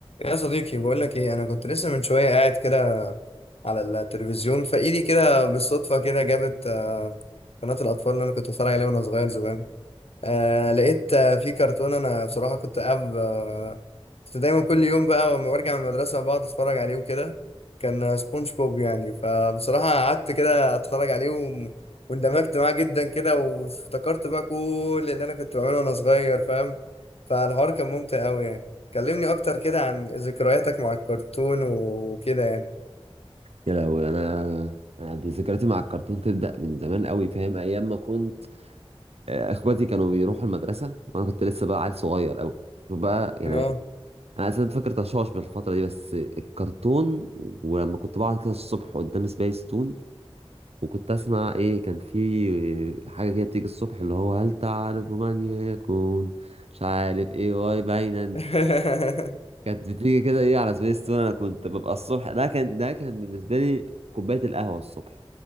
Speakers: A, on the left; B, on the right.
A: يا صديقي بقول لك ايه انا كنت لسه من شويه قاعد كده على التلفزيون فايدي كده بالصدفه كده جابت آه، قناه الاطفال اللي انا كنت اتفرج عليها وانا صغير زمان آه لقيت آه في كرتون انا بصراحه كنت قاعد آه كنت دايما كل يوم بقى لما برجع من المدرسه بقعد اتفرج عليه وكده كان آه، سبونج بوب يعني فبصراحه قعدت كده اتفرج عليه و... واندمجت معاه جدا كده وافتكرت بقى كل اللي انا كنت بعمله وانا صغير فاهم فالحوار كان ممتع قوي يعني كلمني اكتر كده عن ذكرياتك مع الكرتون وكده يعني
B: يا لهوي انا أنا ذكرياتي مع الكرتون تبدا من زمان قوي فاهم ايام ما كنت آه، اخواتي كانوا بيروحوا المدرسه وانا كنت لسه بقى عيل صغير قوي شوف بقى يعني
A: اه
B: انا اساسا فاكر تشاش بالفتره دي بس الكرتون ولما كنت بقعد كده الصبح قدام سبيس تون وكنت اسمع ايه كان في حاجه كده بتيجي الصبح اللي هو هل تعرف من يكون مش عارف ايه واي باين
A: <laughs>
B: كانت بتيجي كده ايه على سبيس تون انا كنت ببقى الصبح ده كان ده كان بالنسبه لي كوبايه القهوه الصبح